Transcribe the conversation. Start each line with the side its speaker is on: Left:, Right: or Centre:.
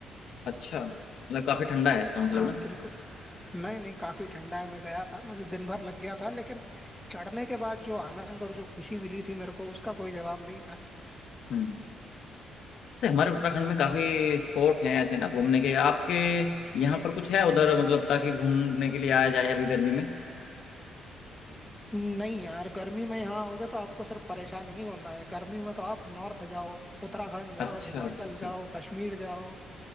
Left: अच्छा मतलब काफी ठंडा है इसका मतलब
Centre: हाँ
Left: ना
Centre: बिल्कुल नहीं नहीं काफी ठंडा है मैं गया था मुझे दिन भर लग गया था लेकिन चढ़ने के बाद जो आनंद और जो खुशी मिली थी मेरे को उसका कोई जवाब नहीं था
Left: हम्म तो हमारे उत्तराखंड में काफी स्पॉट हैं ऐसे ना घूमने के आपके यहाँ पर कुछ है उधर मतलब ताकि घूमने के लिए आया जाए अभी गर्मी में
Centre: नहीं यार गर्मी में यहाँ आओगे तो आपको सिर्फ परेशान ही होना है गर्मी में तो आप नॉर्थ जाओ उत्तराखंड जाओ
Left: अच्छा
Centre: हिमाचल
Left: अच्छा अच्छा
Centre: जाओ कश्मीर जाओ